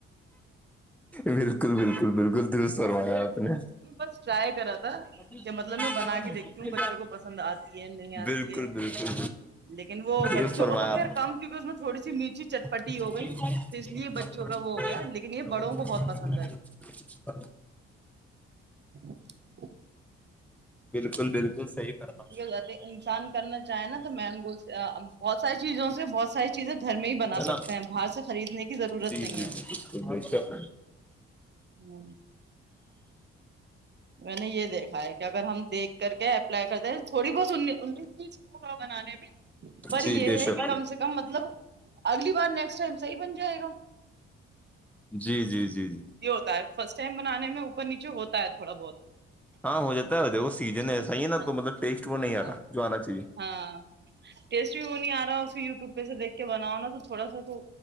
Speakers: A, in the centre; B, on the right.
A: بالکل بالکل بالکل دورست فرمایا آپ نے
B: انہوں بس ٹرائی کرا تھا
A: اھی
B: کہ مطلب
A: <inaudible> بالکل
B: میں بنا کے دیکھتی ہوں بچوں کو پسند آتی ہے نہیں
A: بالکل
B: آتی ہے
A: بالکل
B: لیکن وہ بچوں
A: درست فرمایا
B: کو تو
A: آپ
B: خیر
A: نے
B: کم کیونکہ اس میں تھوڑی سی میٹھی چٹپٹی
A: <inaudible>
B: ہو گئی تو اس لیے بچوں کا وہ ہو گیا لیکن یہ بڑوں کو بہت پسند آئی <inaudible>
A: بالکل بالکل صحیح فرمایا
B: <inaudible> انسان کرنا چاہے نا تو مینگوز بہت ساری چیزوں سے بہت ساری چیزیں گھر میں ہی بنا
A: ہے
B: سک
A: نا
B: باہر سے خریدنے کی ضرورت
A: جی
B: نہیں
A: جی
B: ہے
A: بے شک
B: ہو میں نے یہ دیکھا ہے کہ اگر ہم دیکھ کر کے اپلائی کر دیں تھوڑی بہت انیس بیچ ہوگا بنانے میں پر
A: جی
B: یہ
A: بے شک
B: ہے کہ کم سے کم مطلب اگلی بار نیکسٹ ٹائم صحیح بن جائے گا
A: جی جی جی جی
B: یہ ہوتا ہے فرسٹ ٹائم بنانے میں اوپر نیچے ہوتا ہے تھوڑا بہت
A: ہاں ہو جاتا ہے وہ سیزن ہے ایسا ہی ہے نا
B: ہاں
A: تو مطلب ٹیسٹ وہ نہیں آ
B: ہاں
A: رہا جو آنا چاہیے
B: ہاں ٹیسٹ بھی وہ نہیں آ رہا پھر یوٹیوب پہ سے دیکھ کے بناؤ نا تو تھوڑا سا تو